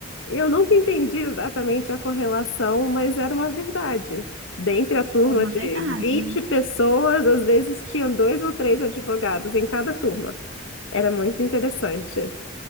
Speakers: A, on the left; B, on the right.
A: E eu nunca entendi exatamente a correlação, mas era uma verdade. Dentre a turma
B: É uma
A: de
B: verdade.
A: 20 pessoas, às vezes tinham dois ou três advogados em cada turma. Era muito interessante.